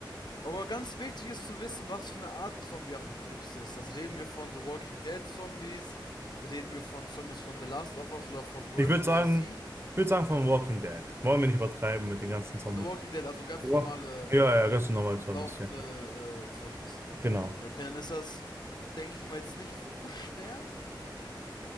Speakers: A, on the left; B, on the right.
A: Aber ganz wichtig ist zu wissen, was für eine Art Zombie-Apokalypse ist. Das reden wir von The Walking Dead Zombies, reden wir von Zombies von The Last of Us oder von World
B: Ich würde sagen,
A: War Z.
B: ich würde sagen von Walking Dead. Wollen wir nicht übertreiben mit den ganzen Zombies.
A: Von The Walking Dead, also ganz
B: Ja,
A: normale
B: ja, ja, ganz normal so
A: laufende
B: ein bisschen.
A: äh, Zombies.
B: Genau.
A: Ja, okay, dann ist das, denke ich mal, jetzt nicht so schwer.